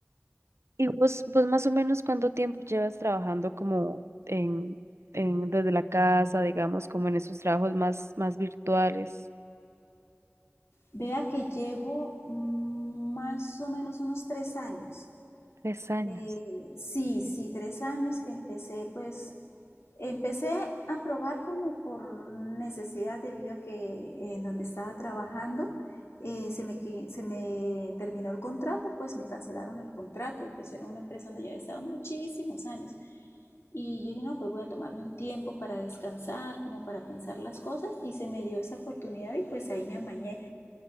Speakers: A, on the right (about 75°); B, on the left (about 70°).
A: ¿Y vos, vos más o menos cuánto tiempo llevas trabajando como en, en desde la casa, digamos, como en esos trabajos más, más virtuales?
B: Vea que llevo mm, más o menos unos tres años
A: Tres años.
B: Eh, sí, sí, tres años que empecé, pues, empecé a probar como por necesidad debido a que en donde estaba trabajando eh, se me, qui- se me terminó el contrato, pues me cancelaron el contrato y pues era una empresa donde ya había estado muchísimos años. Y yo dije, no, pues voy a tomarme un tiempo para descansar, como para pensar las cosas y se me dio esa oportunidad y pues ahí me amañé.